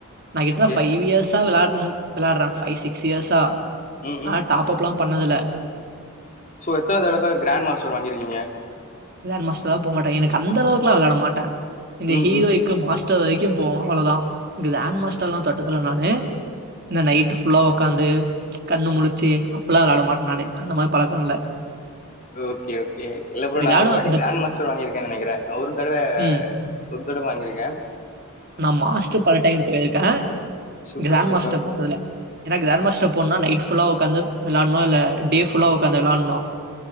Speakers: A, on the right (about 45°); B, on the left (about 35°).
A: நா கேட்டா
B: ஓகே
A: ஃபைவ் இயர்ஸ்ஸா விளா விளாடுற ஃபைவ் சிக்ஸ் இயர்ஸா
B: ம் ம்
A: ஆனா டாப் டாப் அப் லா பண்ணதில்ல
B: சோ எத்தன தடவ கிராண்ட் மாஸ்டர் வாங்கிருக்கீங்க
A: கிராண்ட் மஸ்டர் ல்லா போக மாட்ட எனக்கு அந்தளவுக்குலா விளாட மாட்ட இந்த
B: ம்
A: ஹீரோக்
B: ம்
A: மாஸ்டர் வரைக்கும் போவ அவ்வளதா கிராண்ட் மாஸ்டர்லா தொட்டத்துல நானு இந்த நைட்டு் ஃபுல்லா உக்காந்து கண்ணு முழச்சி அப்பல்லா விளையாட மாட்ட நானு அந்த மாரி பழக்க இல்ல
B: ஓ கே ஓ கே இல்ல ப்ரோ
A: விளாடுவே
B: நா ஒரு வாட்டி
A: இந்த
B: கிராண்ட் மாஸ்டர் வாங்கியிருக்கன்னு நெனைக்கிற ஒரு தடவ
A: ம்
B: ஒரு தடவ வாங்கிருக்க
A: நா மாஸ்டர் பல டைம் போயிருக்க
B: சூப்பர்
A: கிராண்ட்
B: சூப்பர்
A: மாஸ்டர் போனதுல்ல ஏனா கிராண்ட் மாஸ்டர் போனுனா நைட்டு ஃபுல்லா உக்காந்து விளான்னு இல்ல டே ஃபுல்லா உக்காந்து விளானூம்